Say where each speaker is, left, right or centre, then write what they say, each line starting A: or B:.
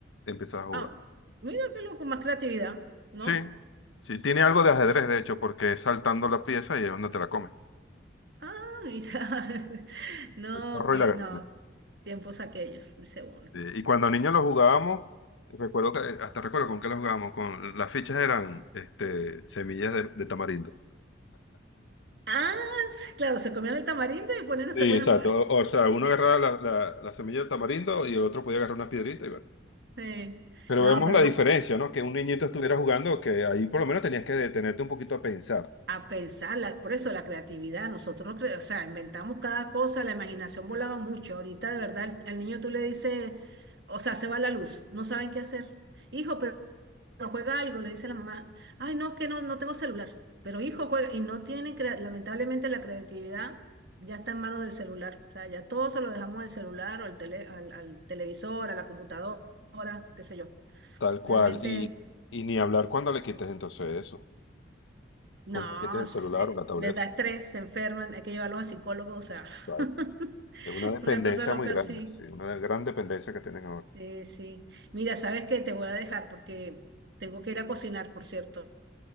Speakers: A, on the left; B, on the right.
A: empiezas a jugar.
B: Ah, mira qué loco, más creatividad, ¿no?
A: Sí, sí, tiene algo de ajedrez, de hecho, porque es saltando la pieza y es donde te la comes.
B: Ah, mira. <laughs> No,
A: El zorro
B: que,
A: y la gallina.
B: no. Tiempos aquellos, dice uno.
A: Sí, Y cuando niños lo jugábamos, recuerdo que, hasta recuerdo con qué lo jugábamos, con las fichas eran este, semillas de, de tamarindo.
B: Ah, sí, claro, se comían el tamarindo y ponían,
A: Sí,
B: se ponían
A: exacto.
B: a jugar.
A: O, o sea, uno agarraba la, la, la semilla del tamarindo y el otro podía agarrar una piedrita y bueno.
B: Sí.
A: Pero
B: No,
A: vemos
B: pero
A: la
B: lo-
A: diferencia, ¿no? Que un niñito estuviera jugando, que ahí por lo menos tenías que detenerte un poquito a pensar,
B: a pensar, la- por eso la creatividad, nosotros, cre- o sea, inventamos cada cosa, la imaginación volaba mucho, ahorita de verdad al, al niño tú le dices, o sea, se va la luz, no saben qué hacer. Hijo, pero juega algo, le dice la mamá, ay, no, es que no, no tengo celular, pero hijo juega, y no tienen, crea- lamentablemente la creatividad ya está en manos del celular, o sea, ya todo se lo dejamos al celular o al, tele- al, al televisor, a la computadora, qué sé yo,
A: tal cual,
B: realmente...
A: y, y ni hablar cuando le quites entonces eso,
B: No,
A: cuando le quites el
B: se-
A: celular o la tableta,
B: les da estrés, se enferman, hay que llevarlos a psicólogos, o sea,
A: ¿sabes?
B: <laughs>
A: Es una dependencia
B: una cosa loca
A: muy grande,
B: así.
A: sí, una gran dependencia que tienen ahora.
B: Sí, sí. Mira, ¿sabes qué? Te voy a dejar porque tengo que ir a cocinar, por cierto.